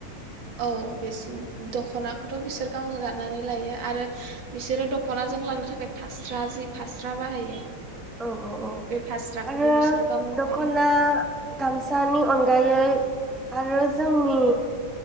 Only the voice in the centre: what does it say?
औ औ औ
आरो
दखना
गामसानि अनगायै आरो जोंनि